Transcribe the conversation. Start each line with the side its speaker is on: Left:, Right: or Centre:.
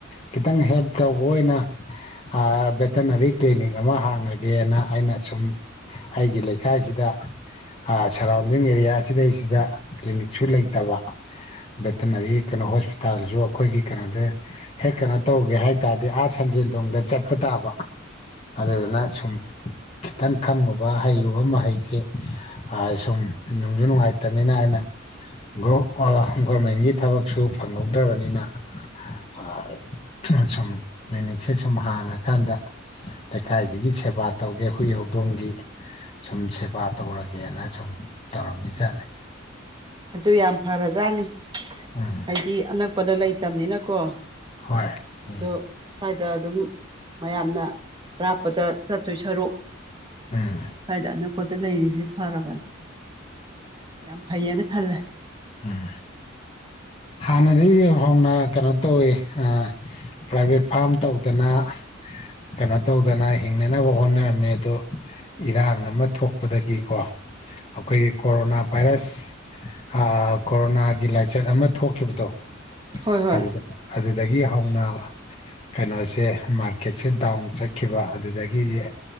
Left: ꯈꯤꯇꯪ ꯍꯦꯜꯞ ꯇꯧꯕ ꯑꯣꯏꯅ ꯑꯥ ꯚꯦꯇꯅꯔꯤ ꯀ꯭ꯂꯤꯅꯤꯛ ꯑꯃ ꯍꯥꯡꯉꯒꯦꯅ ꯑꯩꯅ ꯁꯨꯝ ꯑꯩꯒꯤ ꯂꯩꯀꯥꯏꯁꯤꯗ ꯑꯥ ꯁꯔꯥꯎꯟꯗꯤꯡ ꯑꯦꯔꯤꯌꯥꯁꯤꯗꯩꯁꯤꯗ ꯀ꯭ꯂꯤꯅꯤꯛꯁꯨ ꯂꯩꯇꯕ ꯚꯦꯇꯅꯔꯤ ꯀꯩꯅꯣ ꯍꯣꯁꯄꯤꯇꯥꯜꯁꯨ ꯑꯩꯈꯣꯏꯒꯤ ꯀꯩꯅꯣꯗ ꯍꯦꯛ ꯀꯩꯅꯣ ꯇꯧꯒꯦ ꯍꯥꯏ ꯇꯥꯔꯗꯤ ꯑꯥ ꯁꯟꯖꯦꯟ ꯊꯣꯡꯗ ꯆꯠꯄ ꯇꯥꯕ ꯑꯗꯨꯗꯨꯅ ꯁꯨꯝ ꯈꯤꯇꯪ ꯈꯪꯉꯨꯕ ꯍꯩꯔꯨꯕ ꯃꯍꯩꯁꯦ ꯁꯨꯝ ꯅꯨꯡꯖꯨ ꯅꯨꯡꯉꯥꯏꯇꯕꯅꯤꯅ ꯑꯩꯅ ꯒꯣ ꯑꯥ ꯒꫭꯔꯃꯦꯟꯒꯤ ꯊꯕꯛꯁꯨ ꯐꯪꯍꯧꯗ꯭ꯔꯕꯅꯤꯅ ꯑꯥ ꯁꯨꯝ ꯀ꯭ꯂꯤꯅꯤꯛꯁꯦ ꯁꯨꯝ ꯍꯥꯡꯉꯀꯥꯟꯗ ꯂꯩꯀꯥꯏꯁꯤꯒꯤ ꯁꯦꯕꯥ ꯇꯧꯒꯦ ꯍꯨꯏ ꯍꯧꯗꯣꯡꯒꯤ ꯁꯨꯝ ꯁꯦꯕꯥ ꯇꯧꯔꯒꯦꯅ ꯁꯨꯝ ꯇꯧꯔꯝꯃꯤ ꯖꯠꯅꯤ
Right: ꯑꯗꯨ ꯌꯥꯝ ꯐꯔꯖꯥꯠꯅꯤ
Left: ꯎꯝ
Right: ꯍꯥꯏꯗꯤ ꯑꯅꯛꯄꯗ ꯂꯩꯇꯕꯅꯤꯅꯀꯣ
Left: ꯍꯣꯏ ꯎꯝ
Right: ꯑꯗꯣ ꯁ꯭ꯋꯥꯏꯗ ꯑꯗꯨꯝ ꯃꯌꯥꯝꯅ ꯑꯔꯥꯞꯄꯗ ꯆꯠꯇꯣꯏ ꯁꯔꯨꯛ
Left: ꯎꯝ
Right: ꯁ꯭ꯋꯥꯏꯗ ꯑꯅꯛꯄꯗ ꯂꯩꯔꯤꯁꯦ ꯐꯔꯕꯅꯤ ꯌꯥꯝ ꯐꯩꯌꯦꯅ ꯈꯜꯂꯦ
Left: ꯎꯝ ꯍꯥꯟꯅꯗꯒꯤ ꯍꯧꯅ ꯀꯩꯅꯣ ꯇꯧꯋꯤ ꯑꯥ ꯄ꯭ꯔꯥꯏꯚꯦꯠ ꯐꯥꯝ ꯇꯧꯗꯅ ꯀꯩꯅꯣ ꯇꯧꯗꯅ ꯍꯤꯡꯅꯅꯕ ꯍꯣꯠꯅꯔꯝꯃꯦ ꯑꯗꯣ ꯏꯔꯥꯡ ꯑꯃ ꯊꯣꯛꯄꯗꯒꯤꯀꯣ ꯑꯩꯈꯣꯏꯒꯤ ꯀꯣꯔꯣꯅꯥ ꯚꯥꯏꯔꯁ ꯑꯥ ꯀꯣꯔꯣꯅꯥꯒꯤ ꯂꯥꯏꯆꯠ ꯑꯃ ꯊꯣꯛꯈꯤꯕꯗꯣ
Right: ꯍꯣꯏ ꯍꯣꯏ
Left: ꯑꯗꯨꯗ ꯑꯗꯨꯗꯒꯤ ꯍꯧꯅ ꯀꯩꯅꯣꯁꯦ ꯃꯥꯔꯀꯦꯠꯁꯦ ꯗꯥꯎꯟ ꯆꯠꯈꯤꯕ ꯑꯗꯨꯗꯒꯤꯗꯤ